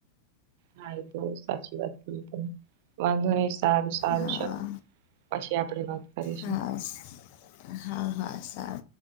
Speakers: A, on the right (about 50°); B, on the left (about 45°).
A: હા એ તો સાચી વાત કરી તમે વાંધો નહી સારું સારું
B: હા
A: ચલો પછી આપડે વાત કરીશું.
B: હા સ- હા હા. આસા